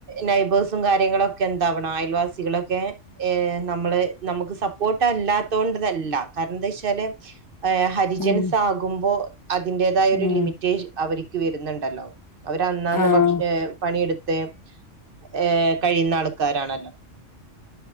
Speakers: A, on the right (about 50°); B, on the left (about 20°).
A: നൈബേഴ്സും കാര്യങ്ങളൊക്കെ എന്താവണം അയൽവാസികളൊക്കെ നമ്മള് നമുക്ക് സപ്പോർട്ട് ഇഷ്‌ടം അല്ലാത്തോണ്ടതല്ല കാരണം എന്താ വെച്ചാല് ഹരിജൻസ്
B: ഉം ഉം
A: ആകുമ്പോ അതിന്റേതായ ഒരു
B: ഉം
A: ലിമിറ്റ് അവര് ക്ക് വരുന്നുണ്ടല്ലോ അവര് അന്നാന്ന്
B: ആഹ്
A: പക്ഷേ പണിയെടുത്ത് ത്ത് ഏ കഴിയുന്ന ആൾക്കാരണ